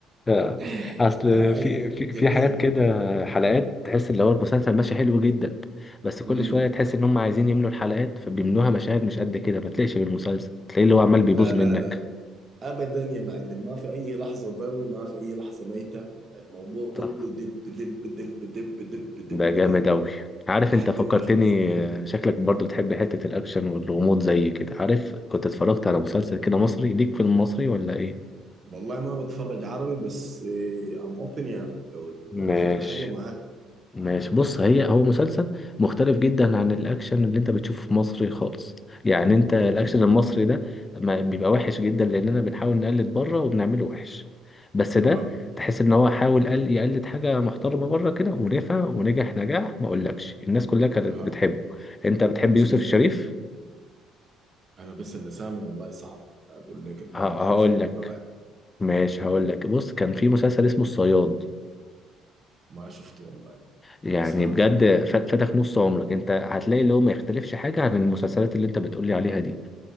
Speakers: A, on the left (about 25°); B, on the right (about 40°).
A: آه.
B: <laughs>
A: اصل
B: اي
A: في في
B: جميل
A: في حاجات كده حلقات تحس اللي هو المسلسل ماشي حلو جدا بس كل
B: امم
A: شويه تحس ان هم عايزين يملوا الحلقات فبيملوها مشاهد مش قد كده ما تلاقيش بالمسلسل تلاقيه اللي هو عمال بيبوظ
B: لا لا
A: منك
B: لا لا. ابدا يا معلم ما في اي لحظه ضل ما في اي لحظه ميته الموضوع
A: طب.
B: كله دب دب دب دب دب دب
A: ده جامد
B: دب
A: أوي عارف
B: لحد
A: انت فكرتني
B: ما يخلص
A: آه، شكلك برضو بتحب حتة الأكشن والغموض زي كده عارف كنت اتفرجت على مسلسل كده مصري ليك في المصري ولا ايه؟
B: والله ما بتفرج عربي بس ام اوبن يعني لو
A: ماشي
B: الفكره حلوه معاك
A: ماشي بص هي هو مسلسل مختلف جدا عن الأكشن اللي انت بتشوفه في مصر خالص يعني انت الأكشن
B: اوكي
A: المصري ده ما بيبقى وحش جدا لأننا بنحاول نقلد بره وبنعمله وحش بس ده
B: تمام
A: تحس ان هو حاول قل- يقلد حاجة محترمة بره كده ونفع ونجح نجاح ما اقولكش الناس كلها كانت
B: اها
A: بتحبه انت بتحب
B: اسمه
A: يوسف الشريف؟
B: شنو انا بس اللي سامع والله صعب اقول لك انه
A: ه-
B: بعرفه
A: هقول
B: ولا
A: لك
B: ما بعرفه
A: ماشي هقول لك بص كان في مسلسل اسمه الصياد
B: ما شفته والله
A: يعني
B: بس ها
A: بجد ف- فاتك نص عمرك انت هتلاقي اللي هو ما يختلفش حاجه عن المسلسلات اللي انت بتقولي عليها دي